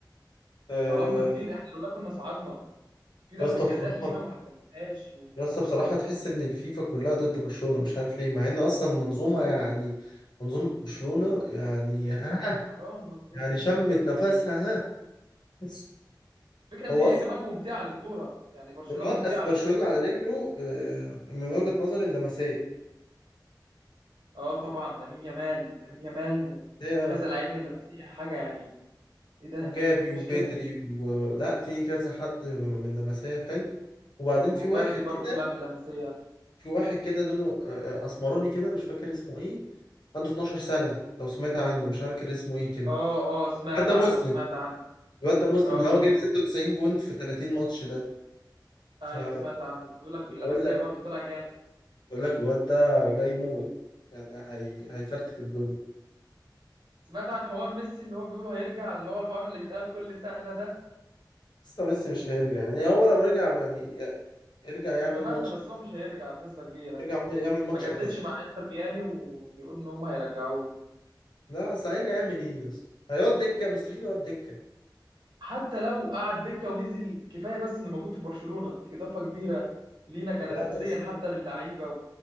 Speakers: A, on the left (about 70°); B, on the right (about 80°).
A: آه
B: ظلمنا كتير احنا لولا كنا صعدنا في ضربة
A: يا اسطى
B: جزاء
A: بصراحه
B: لينا ما حسبناهاش
A: يا اسطى بصراحه تحس ان الفيفا كلها ضد برشلونه مش عارف ليه مع ان اصلا منظومه يعني منظومه برشلونه يعني ها
B: حرام مظلومين
A: يعني شمت نفسها ها بس
B: فكرة ان
A: هو
B: هي
A: اصلا
B: كمان ممتعة للكورة يعني برشلونة
A: اللي وقف
B: ممتعة
A: برشلونه
B: للكورة
A: على رجله آه من وجهه نظري اللمسيه
B: اه طبعا لامين يامال لامين يامال وكذا
A: هي
B: لعيب من اللمسيه حاجه يعني ايه ده
A: وجافي وبدري
B: مفيش كده
A: ولا في كذا حد من اللمسيه حلو وبعدين
B: وبلدي
A: في واحد
B: برضه
A: كده
B: طلع من اللمسيه
A: في واحد كده لونه آه، آه، اسمراني كده مش فاكر اسمه ايه عنده 12 سنة لو سمعت عنه مش عارف كان اسمه ايه كده
B: اه اه سمعت
A: الواد ده
B: عنه
A: مسلم
B: سمعت عنه
A: الواد ده مسلم
B: اه
A: اللي هو جايب 96 جون في 30 ماتش ده فبيقول
B: ايوه سمعت عنه بيقول لك
A: لك
B: من اللمسيه برضه طلع جامد
A: بيقول لك الواد ده جاي موت يعني هي... هيفرتك الدنيا
B: سمعت عن حوار ميسي ان هو بيقولوا هيرجع اللي هو الحوار اللي بيتقال كل سنه ده
A: بس ده ميسي مش هيرجع يعني هو لو رجع يعني يرجع يعمل
B: اتمنى
A: ماتش
B: بس هو مش هيرجع بنسبه كبيره
A: يرجع يعمل ماتش
B: ما جددش
A: اعتزال
B: مع انتر ميامي وبيقول ان هم هيرجعوه
A: لا اصل هيرجع يعمل ايه يا اسطى هيقعد دكة مستحيل يقعد دكة
B: حتى لو قعد دكه ونزل كفايه بس انه موجود في برشلونه دي اضافه كبيره لينا كنفسيا
A: لا يا اسطى
B: حتى للعيبه